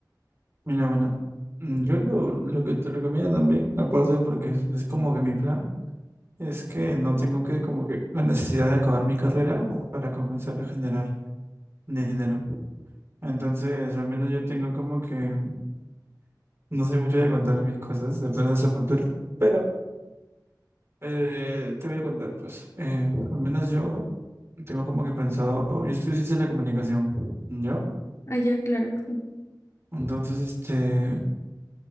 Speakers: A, on the right (about 35°); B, on the left (about 40°).
A: Mira, bueno, mm, yo lo, lo que te recomiendo también, aparte porque es, es como que mi plan, es que no tengo que como que la necesidad de acabar mi carrera para comenzar a generar dinero. Entonces, al menos yo tengo como que, no sé mucho de contar mis cosas, de planes a futuro, pero eh, te voy a contar, pues, eh, al menos yo tengo como que pensado, yo estudio ciencia de la comunicación, ¿yo?
B: Ah, ya, claro. sí.
A: Entonces, este,